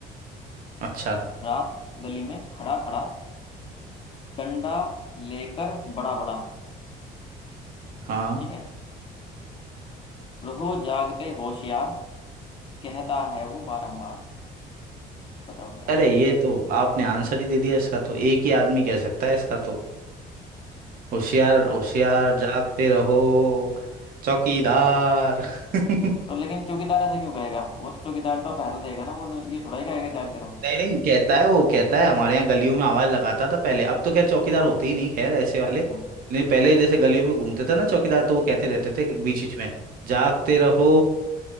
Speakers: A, on the right; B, on the left.
A: अच्छा
B: रात गली में खड़ा खड़ा डंडा लेकर बड़ा बड़ा
A: हाँ
B: ठीक है रहो जागते होशियार कहता है वो बारंबार बताओ क्या
A: अरे ये तो आपने आंसर ही दे दिया इसका तो एक ही आदमी कह सकता है इसका तो होशियार
B: क्या
A: होशियार जागते रहो चौकीदार <laughs>
B: तो लेकिन चौकीदार ऐसा क्यों कहेगा वो तो चौकीदार तो पहरा देगा ना वो तो ये थोड़ा ही कहेगा जागते रहो
A: नहीं नहीं कहता है वो कहता है हमारे यहाँ गलियों में आवाज लगाता था पहले अब तो खैर चौकीदार होते
B: अच्छा
A: ही नहीं खैर ऐसे
B: हम्म
A: वाले नहीं पहले जैसे गलियों में घूमते थे ना चौकीदार तो वो कहते
B: हम्म।
A: रहते थे बीच बीच में जागते रहो